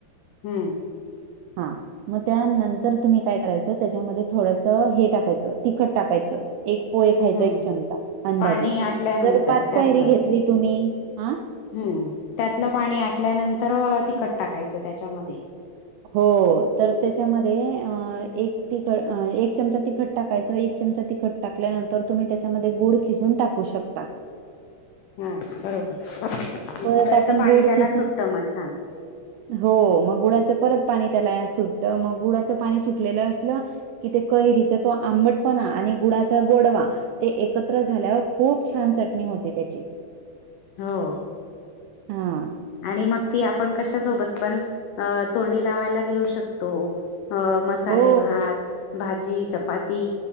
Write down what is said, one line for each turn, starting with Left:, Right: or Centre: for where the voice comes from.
Left: हम्म.
Right: हा. म त्यानंतर तुम्ही काय करायचं त्याच्यामध्ये थोडंस हे टाकायच, तिखट टाकायचं. एक पोहे खायचा
Left: हम्म
Right: एक चमचा अंदाजे,
Left: पाणी आटल्यानंतर
Right: जर पाच
Left: त्यातलं
Right: कैरी घेतली तुम्ही, हा.
Left: हम्म, त्यातलं पाणी आटल्यानंतर अ तिखट टाकायचं त्याच्यामध्ये.
Right: हो तर त्याच्यामध्ये अ एक तिख, एक चमचा तिखट टाकायचं, एक चमचा तिखट टाकल्यानंतर तुम्ही त्याच्यामध्ये गूळ किसून टाकू शकता.
Left: हम्म बरोबर,
Right: परत
Left: गुडाच
Right: आपण
Left: पाणी
Right: गूळ
Left: त्याला
Right: खिसून
Left: सुटत म छान.
Right: हो मग गुळाचं परत पाणी त्याला या सुटतं मग गुळाचं पाणी सुटलेलं असलं की ते कैरीचा तो आंबटपणा आणि गुडाचा गोडवा ते एकत्र झाल्यावर खूप छान चटणी होती, त्याची.
Left: हो.
Right: हा.
Left: आणि मग ती आपण कशा सोबत पण अ तोंडी लावायला घेऊ शकतो, अ मसाले
Right: हो,
Left: भात, भाजी, चपाती